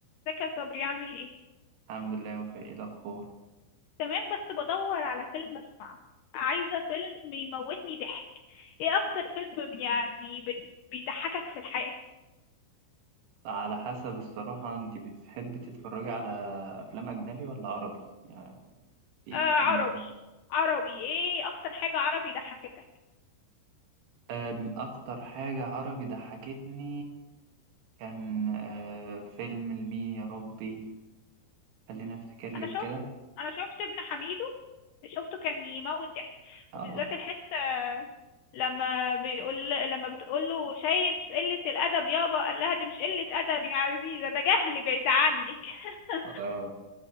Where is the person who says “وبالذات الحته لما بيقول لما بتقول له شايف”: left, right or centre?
Left